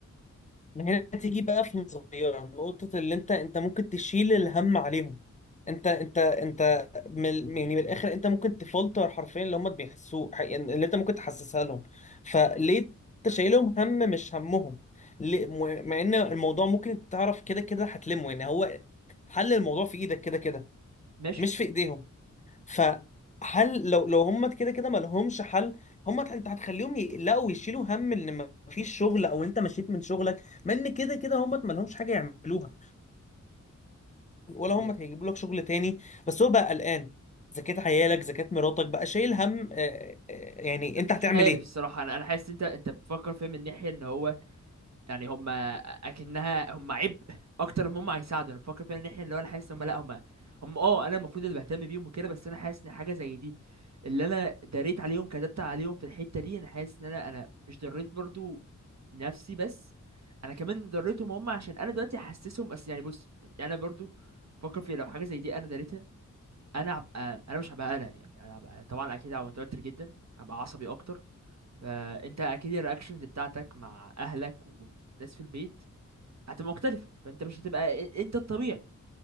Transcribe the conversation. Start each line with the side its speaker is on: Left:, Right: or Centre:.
Left: من هنا تيجي بقى في نظرية نقطة اللي انت انت ممكن تشيل الهم عليهم انت انت انت من يعني من الاخر انت ممكن تفلتر حرفيا اللي هم بيحسوه ح- يعني اللي انت ممكن تحسسها لهم فليه انت شايلهم هم مش همهم ليه- م- مع ان الموضوع ممكن تعرف كده كده هتلمه يعني هو حل الموضوع في ايدك كده كده
Right: ماشي
Left: مش في ايديهم فحل لو لو هم كده كده ما لهمش حل هم انت هتخليهم يقلقوا ويشيلوا هم ان ما فيش شغل او انت مشيت من شغلك ما ان كده كده هم ما لهمش حاجه يعملوها ولا
Right: يعني
Left: هم هيجيبوا لك شغل تاني بس هو بقى قلقان زكاة عيالك زكاة مراتك بقى شايل هم آه، آه، آه، يعني انت هتعمل
Right: مش عارف
Left: ايه
Right: الصراحه انا انا حاسس انت انت بتفكر فيه من ناحيه ان هو يعني هم اكنها هم عبء اكتر ما هم هيساعدوا انا بفكر فعلا ان احنا اللي هو انا حاسس ان هم لا هم هم اه انا المفروض اللي بهتم بيهم وكده بس انا حاسس ان حاجه زي دي اللي انا دريت عليهم كدبت عليهم في الحته دي انا حاسس ان انا انا مش دريت برضو نفسي بس انا كمان دريتهم هم عشان انا دلوقتي حاسسهم اصل يعني بص انا برضو فكر في لو حاجه زي دي انا دريتها انا هبقى انا مش هبقى انا يعني انا هبقى طبعا اكيد هبقى متوتر جدا هبقى عصبي اكتر فانت اكيد الرياكشنز بتاعتك مع اهلك والناس في البيت هتبقى مختلفه فانت مش هتبقى إ- انت الطبيعي